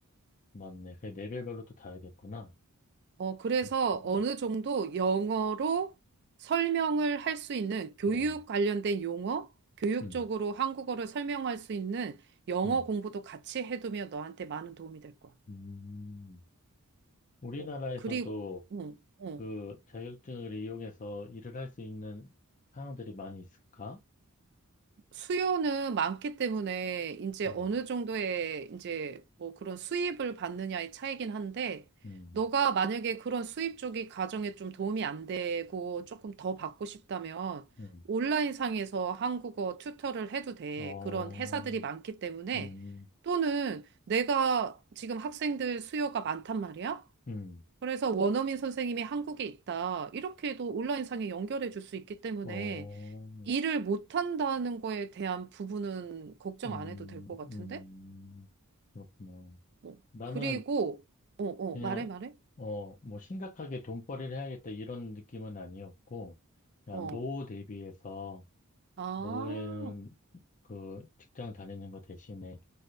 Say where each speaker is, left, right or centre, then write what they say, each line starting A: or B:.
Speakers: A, on the left; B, on the right.
A: 맞네. 그 레벨별로 또 다르겠구나.
B: 어, 그래서
A: 음, 음,
B: 어느 정도 영어로 설명을 할 수 있는 교육
A: 그래.
B: 관련된 용어, 교육적으로
A: 음,
B: 한국어를 설명할 수 있는 영어
A: 음,
B: 공부도 같이 해두면 너한테 많은 도움이 될 거야.
A: 음. 우리나라에서도
B: 어, 그리고, 응, 응.
A: 그 자격증을 이용해서 일을 할 수 있는 사항들이 많이 있을까?
B: 수요는 많기 때문에 이제
A: 음,
B: 어느 정도의 이제 뭐 그런 수입을 받느냐의 차이긴 한데
A: 음,
B: 너가 만약에 그런 수입 쪽이 가정에 좀 도움이 안 되고 조금 더 받고 싶다면
A: 음.
B: 온라인 상에서 한국어 튜터를 해도 돼.
A: 어,
B: 그런 회사들이 많기 때문에
A: 음,
B: 또는 내가 지금 학생들 수요가 많단 말이야.
A: 음,
B: 그래서 원어민 선생님이 한국에 있다. 이렇게도 온라인 상에 연결해 줄 수 있기 때문에
A: 어,
B: 일을 못한다는 거에 대한 부분은 걱정
A: 음,
B: 안 해도 될 것 같은데?
A: 음. 그렇구나.
B: 어.
A: 나는
B: 그리고, 어, 어,
A: 그냥,
B: 말해, 말해?
A: 어, 뭐, 심각하게 돈벌이를 해야겠다 이런 느낌은 아니었고, 그냥
B: 어,
A: 노후 대비해서,
B: 아,
A: 노후에는 그 직장 다니는 거 대신에,